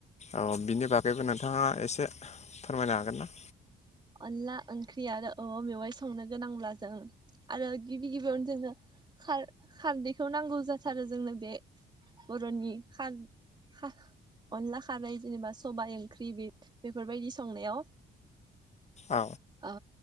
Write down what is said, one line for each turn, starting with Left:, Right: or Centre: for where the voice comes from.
Left: औ बिनि बागैबो नोंथाङा एसे फोरमायनो हागोन ना?
Right: अनला ओंख्रि आरो औवा मेवाइ संनो गोनांब्ला जों आरो गिबि गिबियावनो जोंनो खार खारदैखौ नांगौ जाथारो जोंनो बे बर'नि खार खाह अनला खारै जेनेबा सबाय ओंख्रि बे बेफोरबायदि संनायाव
Left: औ
Right: ओ